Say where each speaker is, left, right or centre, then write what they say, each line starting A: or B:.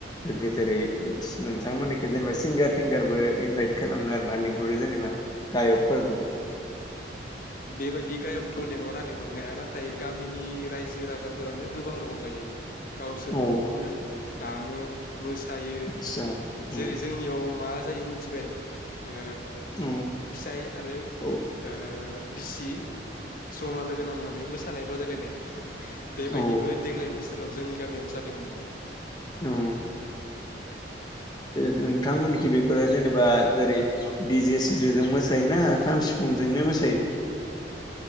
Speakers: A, on the left (about 25°); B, on the left (about 50°).
A: जेरै- नोंथांमोननिखि जेनेबा सिंगार थिंगारबो इनभाइट खालामो आरोना लिंहरो जेनेबा गायकफोरबो।
B: बेबायदि गायकथ' लेंहरा लेंहरनाया ना थाय गामिनि रायजो राजाफोरानो गोबां रंजायो। गावसोरनो
A: औ
B: खनो दामो। मोसायो
A: आतसा औ
B: जेरै- जोंनियाव मा जायो मि थिबाय। ओ
A: औ
B: फिसाइ आरो।
A: औ
B: ओ बिसि जमा लोगो नांनानै मोसानाय बा बादायलायनाय। बेबायदिबो
A: औ
B: देग्लाय बोसोराव जोंनि गामियाव जाद दोंमोन।
A: औ नोंथांमोनखि बेफोरो जेनेबा जेरै- दिजे सिजेजों मोसायोना खाम सिफुंजोंनो मोसायो?